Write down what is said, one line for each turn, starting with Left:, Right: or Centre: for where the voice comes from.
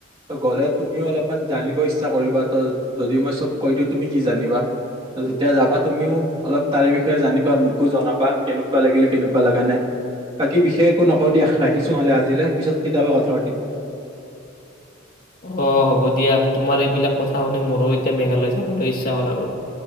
Right: ত গ'লে তুমিও অলপমান জানিব ইচ্ছা কৰিবা ত যদি মই চব কৈ দিওঁ তুমি কি জানিবা ত যেতিয়া যাবা তুমিও অলপ তাৰে বিষয়ে জানিবা মোকো জনাবা কেনেকুৱা লাগিল কেনেকুৱা লগা নাই। বাকী বিশেষ একো নকওঁ দিয়া ৰাখিছো হালে আজিলৈ পিছত কেতিয়াবা কথা পাতিম।
Left: অঁ হ'ব দিয়া তোমাৰ এইবিলাক কথা শুনি মোৰো এতিয়া মেঘালয় যাবলৈ ইচ্ছা হ'ল আৰু